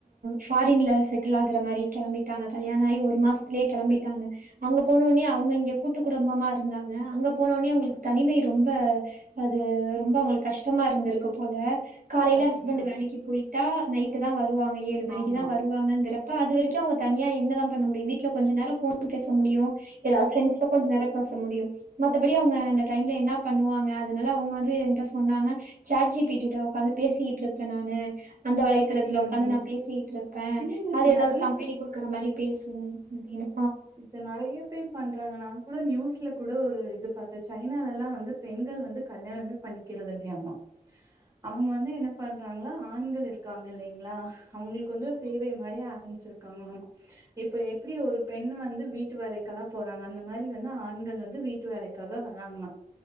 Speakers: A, on the right; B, on the right.
A: ஃபாரின்ல செட் ட்டில் ஆகு மாரி கெளம்பிட்டாங்க கல்யாணாயி ஒரு மாசத்திலே கெளம்பிட்டாங்க அங்க போனொன்னே அவங்க இங்க கூட்டு குடும்பமா இருந்தாங்க அங்க போனொன்னே அவுங்களுக்கு தனிமை ரொம்ப அது ரொம்ப அவங்களுக்கு கஷ்டமா இருந்திருக்கு போல காலையில
B: பாத்தீங்களா
A: ஹஸ்பண்டடு வேலைக்கு போயி ட்டா நைட்டுத்தா வரு வாங்க ஏழு மணிக்குதா
B: ஆமா
A: வருவாங்கங்கரப்ப அது வரைக்கு க்கு அவுங்க தனியா என்னதா பண்ண முடியு வீட்ல கொஞ்ச நேரம் ஃபோன் பேச முடியு எதா ஃப்ரெஸ்ட்டா கொஞ்ச நேரம் பேச முடியு மத்தபடி அவங்க அந்த டைம்ல என்ன பண்ணுவாங்க அதனால அவங்க வந்து ஏட்ட சொன்னாங்க சாட்ஜி பீட்டுட்ட உக்காந்து பேசிட்டு இருப்பே நானு அந்த வலைத்தளத்தில
B: ம்
A: உக்காந்து
B: ம்
A: நா பேசிக்கிட்டு இருப்பே
B: இல்லங்க இது
A: அது எதாவது
B: நெறைய
A: கம்பெனி குடுக்குற மாரி பேசுவு அப்பிடின்
B: இத்த நெறைய பேர் பண்றாங்க நாங்க் கூட நியூஸ் ஸ்ல கூட ஒரு இது பாத்த சைனால எல்லா வந்து பெண்கள் வந்து கல்யாணமே பண்ணிக்கிறது இல்லையாமா அவங்க வந்து என்ன பண்றாங்களா ஆண்கள் இருக்காங்க இல்லைங்களா அவங்களுக்கு வந்து
A: ஆமா.
B: சேவை மாரி ஆரம்பிச்சிருக் க்காங்கலாமா இப்ப எப்பிடி ஒரு பெண் வந்து வீட்டு வேலைக்குல்லா போறாங்க அந்த மாரி வந்து ஆண்கள் வந்து வீட்டு வேலைக்காக வராங்களா